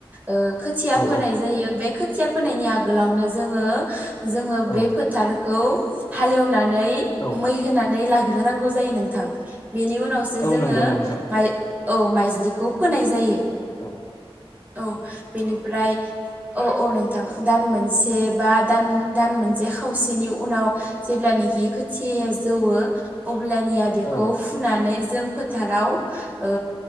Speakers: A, on the right; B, on the left.
A: ओ खोथिया
B: ओ
A: फोनाय जायो बे खोथिया फोनायनि आगोलावनो जोङो जोङो बे
B: औ
A: फोथारखौ हालेवनानै
B: औ
A: मै होनानै लाग्रोनांगौ जायो नोंथां बेनि उनावसो
B: औ
A: जोङो
B: नंगौ नोंथां
A: माइ औ माइज्लिखौ फोनाय जायो
B: औ
A: औ बेनिफ्राय अ अ नोंथां दान मोनसे बा दान दान मोनसे खावसेनि उनाव जेब्लानाखि खोथियाया जौवो अब्लानिया बेखौ
B: औ
A: फुनानै जों फोथाराव ओ